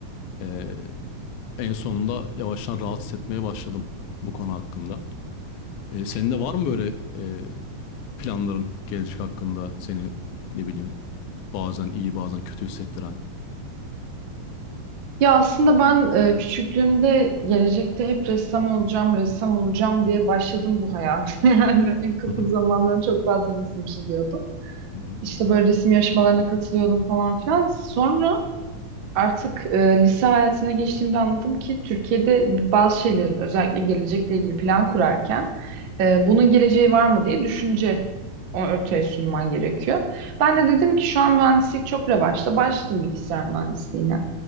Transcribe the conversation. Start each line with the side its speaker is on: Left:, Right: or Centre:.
Left: eee, en sonunda yavaştan rahat hissetmeye başladım bu konu hakkında. Ee, senin de var mı böyle e, planların gelecek hakkında seni ne bileyim bazen iyi bazen kötü hissettiren.
Right: Ya aslında ben e, küçüklüğümde gelecekte hep ressam olacağım, ressam olacağım diye başladım bu hayata. <laughs> Yani ilkokul
Left: Hı hı.
Right: zamanlarım çok fazla resim çiziyordum.
Left: Hı hı.
Right: İşte böyle resim yarışmalarına katılıyordum falan filan. Sonra artık e, lise hayatına geçtiğimde anladım ki Türkiye'de bazı şeylerin özellikle gelecekle ilgili plan kurarken e, bunun geleceği var mı diye düşünce ortaya sunman gerekiyor. Ben de dedim ki şu an mühendislik çok revaçta. Başladım bilgisayar mühendisliğine